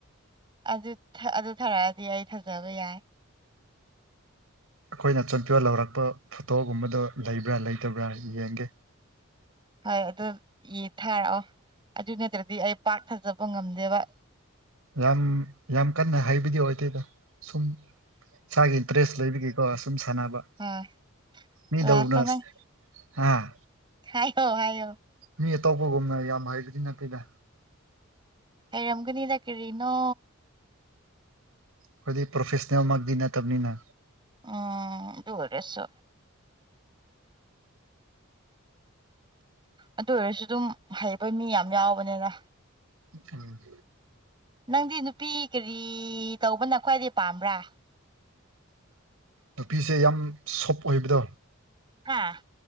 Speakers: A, on the right; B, on the right.
A: ꯑꯗꯨ ꯊ ꯑꯗꯨ ꯊꯥꯔꯛꯑꯗꯤ ꯑꯩ ꯊꯥꯖꯕ ꯌꯥꯏ
B: ꯑꯩꯈꯣꯏꯅ ꯆꯦꯝꯄꯤꯌꯣ ꯂꯧꯔꯛꯄ ꯐꯣꯇꯣꯒꯨꯝꯕꯗꯣ ꯂꯩꯕ꯭ꯔꯥ ꯂꯩꯇꯕ꯭ꯔꯥ ꯌꯦꯡꯒꯦ꯫
A: ꯍꯣꯏ ꯑꯗꯨ ꯌꯦ ꯊꯥꯔꯛꯑꯣ ꯑꯗꯨ ꯅꯠꯇ꯭ꯔꯗꯤ ꯑꯩ ꯄꯥꯛ ꯊꯥꯖꯕ ꯉꯝꯗꯦꯕ꯫
B: ꯌꯥꯝ ꯌꯥꯝ ꯀꯟꯅ ꯍꯩꯕꯗꯤ ꯑꯣꯏꯗꯦꯗ ꯁꯨꯝ ꯏꯁꯥꯒꯤ ꯏꯟꯇꯔꯦꯁ ꯂꯩꯕꯒꯤꯀꯣ ꯁꯨꯝ ꯁꯥꯟꯅꯕ
A: ꯑꯥ
B: ꯃꯤ ꯗꯧꯅ
A: ꯂꯥꯁꯇ ꯅꯪ
B: ꯍꯥꯥ
A: ꯍꯥꯏꯌꯣ ꯍꯥꯏꯌꯣ
B: ꯃꯤ ꯑꯇꯣꯞꯄꯒꯨꯝꯅ ꯌꯥꯝ ꯍꯩꯕꯗꯤ ꯅꯠꯇꯦꯗ
A: ꯍꯩꯔꯝꯒꯅꯤꯗ ꯀꯔꯤꯅꯣ
B: ꯑꯩꯈꯣꯏꯗꯤ ꯄ꯭ꯔꯣꯐꯦꯁꯅꯦꯜꯃꯛꯇꯤ ꯅꯠꯇꯕꯅꯤꯅ
A: ꯎꯝ ꯑꯗꯨ ꯑꯣꯏꯔꯁꯨ ꯑꯗꯨ ꯑꯣꯏꯔꯁꯨ ꯗꯨꯝ ꯍꯩꯕ ꯃꯤ ꯌꯥꯝ ꯌꯥꯎꯕꯅꯤꯗ
B: ꯎꯝ
A: ꯅꯪꯗꯤ ꯅꯨꯄꯤ ꯀꯔꯤ ꯇꯧꯕꯅ ꯈ꯭ꯋꯥꯏꯗꯩꯩ ꯄꯥꯝꯕ꯭ꯔꯥ?
B: ꯅꯨꯄꯤꯁꯦ ꯌꯥꯝ ꯁꯣꯞ ꯑꯣꯏꯕꯗꯣ꯫
A: ꯍꯥꯥ